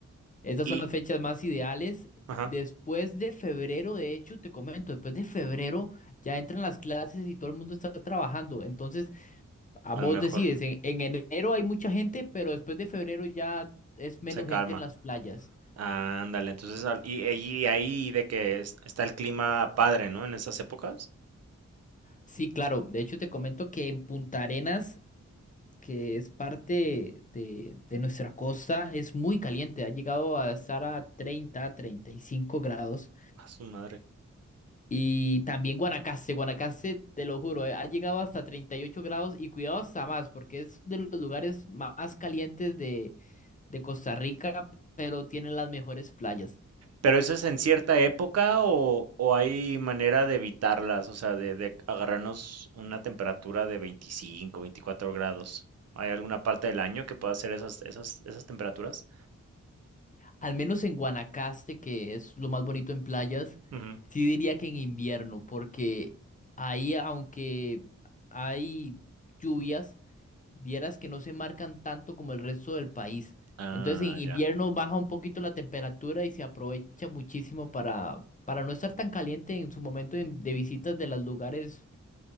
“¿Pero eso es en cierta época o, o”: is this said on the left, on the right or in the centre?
Right